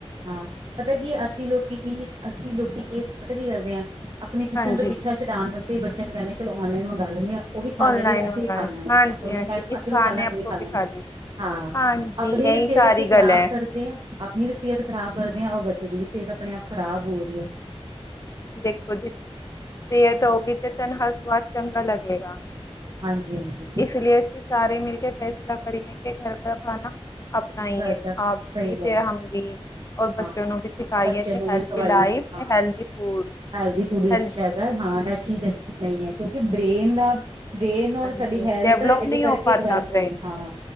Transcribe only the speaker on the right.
ਹਾਂ ਪਤਾ ਕੀ ਐ ਅੱਸੀ ਲੋਕੀ ਵੀ ਅੱਸੀ ਲੋਕੀ ਕੀ ਏ ਪਤਾ ਕੀ ਕਰਦੇ ਆ ਆਪਣੀ ਕਿਚਨ
ਤੋਂ ਪਿੱਛਾ ਛਡਾਨ ਵਾਸੇ ਬੱਚਿਆਂ ਨੂੰ ਕਹਿੰਨੇ ਆ ਚਲੋ ਓਨਲਾਇਨ ਮੰਗਾ ਲੀਨੇ ਆ ਓ ਵੀ ਖਾ
ਲੈ ਗੇਰ ਅਸੀਂ
ਵੀ ਖਾ ਲੀਆ
ਗੇ ਓਨਲਾਇਨ
ਗ
ਅਸੀਂ
ਵੀ ਖਾ ਲਾਂਗੇ
ਓ ਵੀ ਖਾ ਲੈਣਗੇ।
ਹਾਂ
ਆਪਣੀ
ਵੀ ਸੇਤ
ਅਸੀਂ
ਖ਼ਰਾਬ
ਕਰ ਦੇ ਆ ਆਪਣੀ ਵੀ ਸੇਅਤ ਖ਼ਰਾਬ ਕਰਦੇ ਆ ਔਰ ਬੱਚੇ ਦੀ ਵੀ ਸੇਤ ਆਪਣੇ ਆਪ ਖ਼ਰਾਬ ਹੋ ਰੀ ਐ।
ਹਾਂਜੀ- ਹਾਂਜੀ।
ਘਰ ਦਾ
ਸਹੀ
ਗੱਲ
ਹਾਂ
ਬੱਚਿਆਂ
ਨੂੰ
ਵੀ ਖਵਾਈਏ
ਹਾਂ
ਹੈਲਦੀ ਫੂਡ ਵੀ
ਅੱਛਾ ਹੈਗਾ ਹਾਂ ਇਹ ਚੀਜ਼ ਅੱਛੀ ਨਹੀਂ ਹੈ ਕਿਉਂਕਿ ਬ੍ਰੇਨ ਦਾ ਬ੍ਰੇਨ ਔਰ
ਸਾਡੀ ਹੈਲਥ
ਇਹਦੇ
ਕਰਕੇ
ਡਿਵੈਲਪ
ਹੁੰਦੀ ਹਾਂ